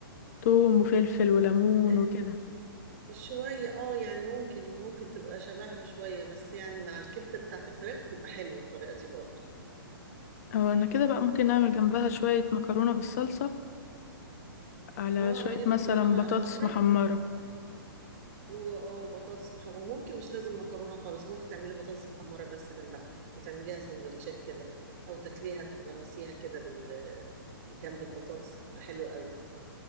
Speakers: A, on the left; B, on the right.
A: توم وفلفل وليمون
B: آه،
A: وكده
B: شوية اه يعني ممكن ممكن تبقى شبهها شوية بس يعني مع الكبدة بتاعت الفراخ بتبقى حلوة الطريقة دي برضه
A: اه انا كده بقى ممكن نعمل جنبها شويه مكرونه بالصلصه على
B: اه
A: شويه
B: اعملي
A: مثلا
B: مكرونة بقى
A: بطاطس
B: حمرا
A: محمره
B: هو اه بطاطس محمرة وممكن مش لازم مكرونة خالص ممكن تعملي بطاطس محمرة بس جنبها وتعمليها سندوتشات كده أو تاكليها تغمسيها كده بال... جنب البطاطس هتبقى حلوة قوي